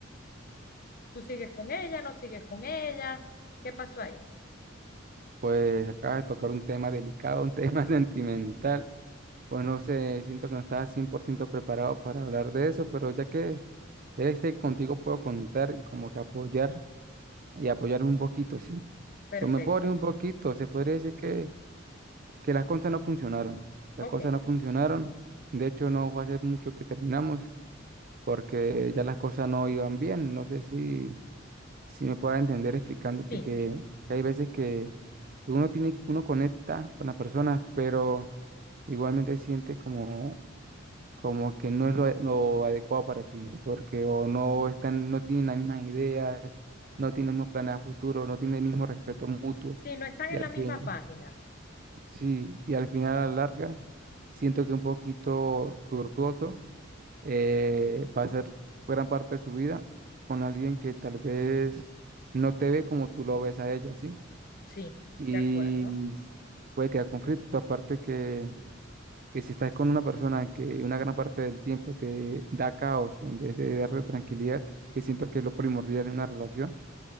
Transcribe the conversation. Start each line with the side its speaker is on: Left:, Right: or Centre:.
Left: ¿Tú sigues con ella? ¿No sigues con ella? ¿Qué pasó ahí?
Right: Pues acaba de tocar un tema delicado, un tema <laughs> sentimental. Pues no sé, siento que no estaba 100% preparado para hablar de eso, pero ya que, ya que sé que contigo puedo contar y como que apoyar y apoyarme un poquito, sí.
Left: Perfecto.
Right: Pues me puedo abrir un poquito, se podría decir que, que las cosas no funcionaron. Las
Left: Ok.
Right: cosas no funcionaron. De hecho, no fue hace mucho que terminamos porque ya las cosas no iban bien. No sé si si me puedo entender explicándote
Left: Sí.
Right: que, que hay veces que, que uno tiene, uno conecta con las personas, pero igualmente siente como, como que no es lo, lo adecuado para ti, porque o no están, no tienen las mismas ideas, no tienen los mismos planes a futuro, no tienen el mismo respeto mutuo.
Left: Sí, no están
Right: Y
Left: en
Right: al
Left: la misma
Right: fin,
Left: página.
Right: sí, y al final a la larga, siento que un poquito tortuoso eh, pasar gran parte de su vida con alguien que tal vez no te ve como tú lo ves a ella, ¿sí?
Left: Sí,
Right: Y
Left: de acuerdo.
Right: puede crear conflicto, aparte que, que si estás con una persona que una gran parte del tiempo te da caos en vez de darte tranquilidad, que siento que es lo primordial en una relación,